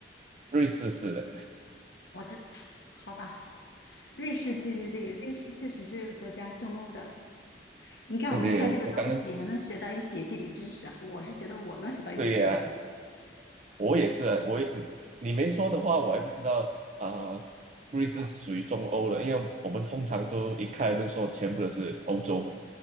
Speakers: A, on the right; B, on the left.
A: 瑞士是的。
B: 我的，好吧，瑞士，对对对，瑞士确实是个国家中欧的。你看，
A: 对对，
B: 我们猜这个东西还能学到一些地理知识啊。
A: 我我刚刚
B: 我是觉得我能学到一些地理知识。
A: 对呀、我也是啊，我也你没说的话，我还不知道啊、呃瑞士是属于中欧的，因为我们通常都一看就说全部都是欧洲嘛。